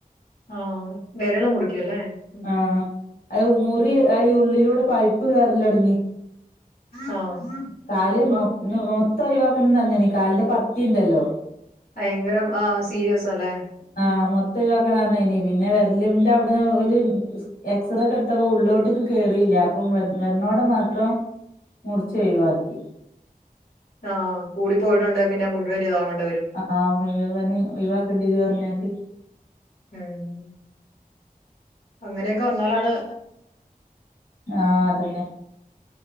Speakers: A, on the left; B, on the left.
A: ആ വെരൾ മുറി ക്ക്വല്ലേ ഉം
B: ആഹ്
A: ഉം
B: അത് മുറി ഈ ഉള്ളിലൂടെ പൈപ്പ് കേറല്ലൊടങ്ങി
A: ആ
B: കാല്
A: അപ്പൊ
B: മൊ ത്തം ഒഴിവാക്കണന്ന് പറഞ്ഞാ കാലിന്റെ പത്തിണ്ടല്ലോ
A: ഭയങ്കരം ആ സീരിയസാ അല്ലേ
B: ആഹ്
A: ഉം
B: മൊത്തം ഒഴിവാക്കണം പറഞ്ഞേനി പിന്നെ വെരലിന്റെ അവിടെ ഒരു എക്സറേ കെ എടുത്തപ്പോ ഉള്ളോട്ട്ക്ക് കേറിയില്ല അപ്പം വ വെണ്ണോടെ മാത്രം മുർച്ച് ഒഴിവാക്കി
A: ആഹ് കൂടി പോയിട്ടുണ്ട് പിന്നെ മുഴുവന് ഇതാവണ്ട്
B: ആഹ മുഴുവന് ഒഴിവാക്കണ്ടിത് പറഞ്ഞട്ട്
A: ഉം അങ്ങനെയൊക്കെ വന്നാലാണ്
B: ആഹ അതന്നെ